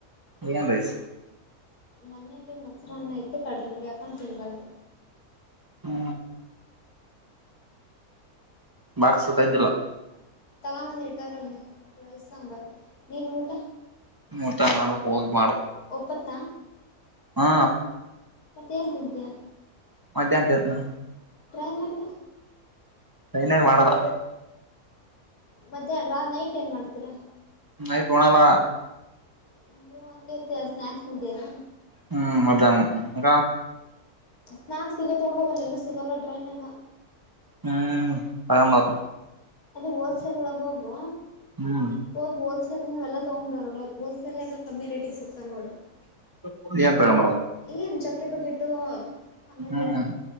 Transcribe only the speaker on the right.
ಏನ್ ರೈಸ್
ಹೂ ಬಾಕ್ಸ ತಂದಿಲ್ಲ
ಹೂ ಊಟ ಮಾಡ ಹೋಗಿ ಮಾಡ
ಹಾ
ಮಧ್ಯಾಹ್ ತಿನ್ನಿ
ಸೈನ್ ಎನ್ ಮಾಡಲ್ಲ
ನೈಟ್ ಉಣ್ಣಲ್ಲ
ಹೂ ಮಧ್ಯಾನ ಹೂ
ಹೂ ತಗೊಂಡು ಬರ್ನಿ ಮಾಡ
ಹ್ಮ್
ಹೂ ಏನ್ ತಗೊಂಡ
ಹ್ಮ್